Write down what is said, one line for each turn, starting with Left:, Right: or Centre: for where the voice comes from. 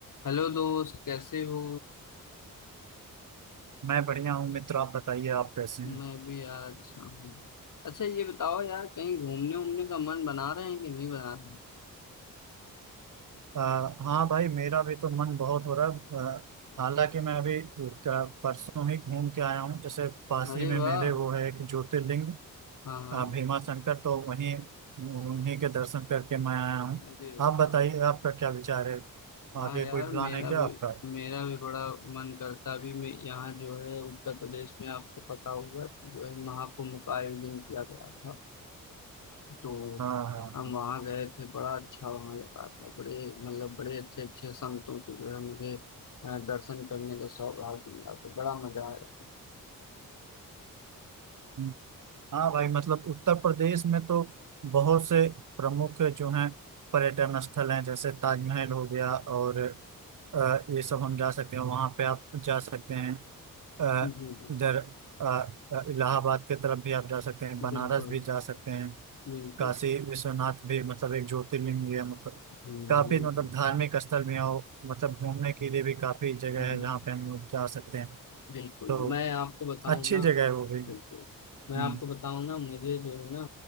Left: हेलो दोस्त कैसे हो
Right: मैं बढ़िया हूँ मित्र आप बताइए आप कैसे हैं
Left: मैं भी यार अच्छा हूँ अच्छा ये बताओ यार कहीं घूमने उमने का मन बना रहे हैं कि नहीं बना
Right: अ, हाँ भाई मेरा भी तो मन बहुत हो रहा है अ, हालांकि मैं अभी क- परसों ही घूम के आया हूँ जैसे पास
Left: रहे अरे
Right: ही में
Left: वाह
Right: मेरे वो है कि ज्योतिर्लिंग
Left: हाँ हाँ
Right: अ, भीमा शंकर तो वहीं उन्हीं के दर्शन करके मैं आया हूँ
Left: अरे वाह
Right: आप बताइए आपका क्या विचार है
Left: हाँ
Right: आगे
Left: यार
Right: कोई प्लान
Left: मेरा
Right: है क्या
Left: भी
Right: आपका
Left: मेरा भी बड़ा मन करता अभी मैं यहाँ जो है उत्तर प्रदेश में आपको पता होगा कि जो है महाकुंभ का आयोजन किया गया था तो
Right: हाँ हाँ
Left: हम वहाँ गए थे बड़ा अच्छा वहाँ लगा था बड़े मतलब बड़े अच्छे अच्छे संतों से जो है मुझे अ, दर्शन करने का सौभाग्य मिला तो बड़ा मजा आया
Right: हम्म। हाँ भाई मतलब उत्तर प्रदेश में तो बहुत से प्रमुख जो हैं पर्यटन स्थल हैं जैसे ताजमहल हो गया और अ, ये सब हम जा सकते हैं वहाँ पे आप जा सकते हैं अ,
Left: जी जी
Right: इधर अ, अ, इलाहाबाद के तरफ भी आप जा सकते हैं बनारस
Left: बिल्कुल
Right: भी जा सकते हैं
Left: बिल्कुल
Right: काशी विश्वनाथ भी मतलब एक ज्योतिर्लिंग भी है मतलब
Left: हम्म,
Right: काफी
Left: बिल्कुल
Right: मतलब धार्मिक स्थल भी है और मतलब घूमने के लिए भी काफी जगह
Left: हम्म,
Right: है जहाँ पे हम लोग जा सकते हैं
Left: बिल्कुल
Right: तो
Left: मैं आपको बताऊं
Right: अच्छी
Left: ना
Right: जगह है वो भी
Left: बिल्कुल
Right: हम्म
Left: मैं आपको बताऊं ना मुझे जो है ना